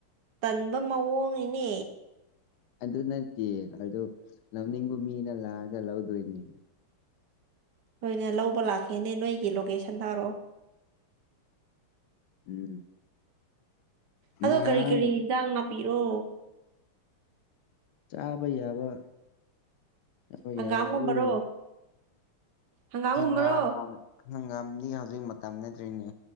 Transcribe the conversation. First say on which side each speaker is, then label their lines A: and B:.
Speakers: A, on the right; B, on the left.
A: ꯇꯟꯕ ꯃꯑꯣꯡꯅꯤꯅꯦ
B: ꯑꯗꯨ ꯅꯠꯇꯦ ꯑꯗꯨ ꯂꯧꯅꯤꯡꯕ ꯃꯤꯅ ꯂꯥꯛꯑꯒ ꯂꯧꯗꯣꯏꯅꯤ
A: ꯅꯣꯏꯅꯦ ꯂꯧꯕ ꯂꯥꯛꯀꯦꯅꯦ ꯅꯣꯏꯒꯤ ꯂꯣꯀꯦꯁꯟ ꯊꯥꯔꯛꯑꯣ
B: ꯎꯝ
A: ꯑꯗꯣ
B: ꯉꯔꯥꯡ
A: ꯀꯔꯤ ꯀꯔꯤ ꯌꯦꯟꯁꯥꯡ ꯅꯥꯄꯤꯔꯣ
B: ꯆꯥꯕ ꯌꯥꯕ ꯆꯥꯕ
A: ꯍꯪꯒꯥꯝꯒꯨꯝꯕꯔꯣ
B: ꯌꯥꯕ ꯂꯣꯏꯅꯥ
A: ꯍꯪꯒꯥꯝꯒꯨꯝꯕꯔꯣ
B: ꯍꯪꯒꯥꯝ ꯍꯪꯒꯥꯝꯗꯤ ꯍꯧꯖꯤꯛ ꯃꯇꯝ ꯅꯠꯇ꯭ꯔꯤꯅꯦ